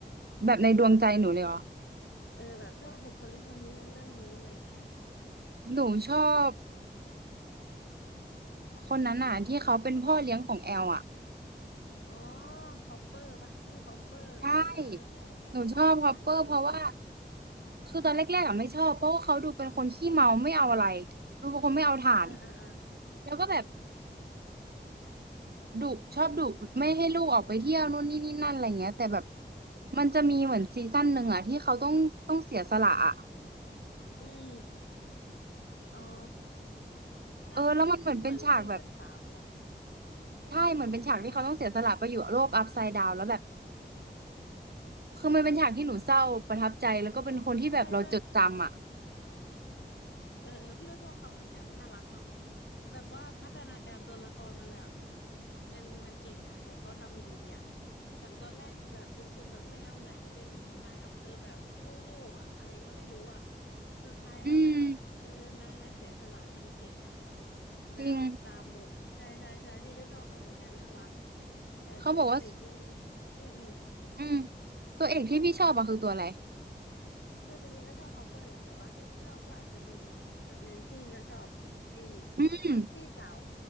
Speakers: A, on the right (about 60°); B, on the left (about 85°).
A: แบบในดวงใจหนูเลยเหรอ
B: เออแบบชอบบุคลิกคนนี้ในเรื่องนี้อะไรอย่างเงี้ย
A: หนูชอบคนนั้นอ่ะที่เขาเป็นพ่อเลี้ยงของแอลอ่ะ
B: อ๋อฮอปเปอร์ป่ะชื่อฮอปเปอร์เออเออเออใช่ใช่
A: ใช่หนูชอบฮอปเปอร์เพราะว่า
B: นั่นเก่งเนาะ
A: คือตอนแรกๆอ่ะไม่ชอบเพราะว่าเขาดูเป็นคนขี้เมาไม่เอาอะไรดูเป็นคนไม่เอาถ่าน
B: อ่าอ่าอ่า
A: แล้วก็แบบดุชอบดุไม่ให้ลูกออกไปเที่ยวนู่นนี่นี่นั่นอะไรเงี้ยแต่แบบมันจะมีเหมือนซีซั่นหนึ่งอ่ะที่เขาต้องต้องเสียสละอ่ะ
B: อืมอ๋อนั่ง
A: เออแล้วมันเหมือนเป็นฉากแบบ
B: เหมือนซีซั่นสามป่ะ
A: ใช่เหมือนเป็นฉากที่เขาต้องเสียสละไปอยู่โลกอัพไซด์ดาวแล้วแบบ
B: อ๋อเออ
A: คือมันเป็นฉากที่หนูเศร้าประทับใจแล้วก็เป็นคนที่แบบเราจดจำอ่ะ
B: ใช่ใช่ เออเออพี่ก็ชอบเขาเหมือนกันมันน่ารักเนาะแบบว่าพัฒนาการตัวละครมันแบบมันมันเก่งอะแบบเขาทำดีอะจากตอนแรกแบบเป็นคนแบบไม่เอาไหนเป็นนายอำเภอแบบงูงูอะอะไรก็ไม่รู้อะสุดท้ายแล้วแบบเออนางนางเสียสละนางเก่งอะ
A: อืม
B: แบบตามหมดใช่ใช่ใช่พี่ก็ชอบเขาเหมือนกันน่ารัก
A: จริง
B: แต่แต่ตัวอีกตัวหนึงอืมอืม
A: เขาบอกว่าอืมตัวเอกที่พี่ชอบอะคือตัวอะไร
B: คือจริงๆก็ชอบฮอปเปอร์แหละแต่ว่าที่ชอบก็อาจจะเป็นแบบแนนซี่ก็ชอบอีก
A: อืม
B: พี่สาว